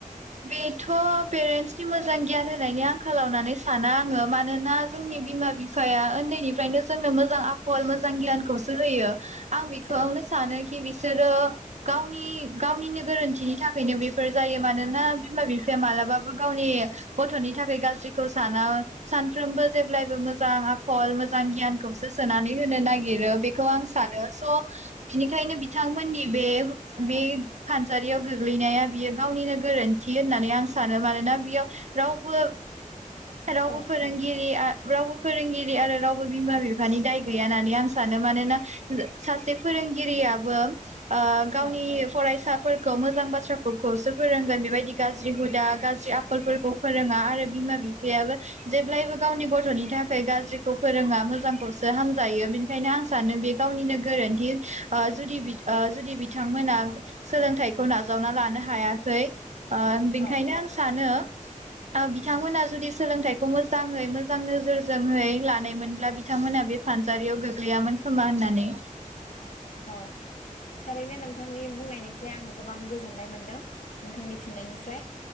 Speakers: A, on the right; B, on the left.
A: बेथ' पेरेन्टसनि मोजां गियान होनायनि आंखालाव होननानै साना आङो मानोना जोंनि बिमा बिफाया उन्दैनिफ्रायनो जोंनो मोजां आखल मोजां गियानखौसो होयो। आं बेखौनो
B: औ
A: सानो कि बि सोरो गावनि गावनिनो गोरोन्थिनि थाखायनो बेफोर जायो मानो ना बिमा बिफाया मालाबाबो गावनि गथनि थाखाय गाज्रिखौ साना सानफ्रोमबो जेब्लायबो मोजां आखल मोजां गियानखौसो सोनानै होनो नागिरो बेखौ आं सानो स' बिनिखायनो बिथांमोननि बे बे फानजारियाव गोग्लैनाया बियो गावनिनो गोरोन्थि होननानै आं सानो। मानोना बेयाव रावबो रावबो
B: औ
A: फोरोंगिरिआ रावबो फोरोंगिरि आरो रावबो बिमा बिफानि दाय गैया होननानै आं सानो। मानोना सासे फोरोंगिरियाबो ओ गावनि
B: औ
A: फरायसा फोरखौ मोजां बाथ्राफोरखौसो फोरोंगोन बेबायदि गाज्रि हुदा गाज्रि आख खलफोरखौ फोरोङा आरो। बिमा बिफायाबो जेब्लायबो गावनि गथनि थाखाय गाज्रिखौ फोरोङा मोजांखौसो हामजायो बेनिखायनो आं सानो बे गावनिनो गोरोन्थि आ जुदि बि आ जुदि बिथांमोना सोलोंथाइखौ नाजावना लानो हाया। सै। आ बेखायनो
B: औ
A: आं सानो। आ बिथांमोना जुदि सोलोंथाइखौ मोजाङै मोजां नोजोरजोंहै लानायमोनब्ला बिथांमोना बे फानजारियाव गोग्लैयामोन खोमा होननानै।
B: औ थारैनो नोंथांनि बुंनायनिफ्राय आं गोबां गोजोननाय मोनदों नोंथांनि फिननायनिफ्राय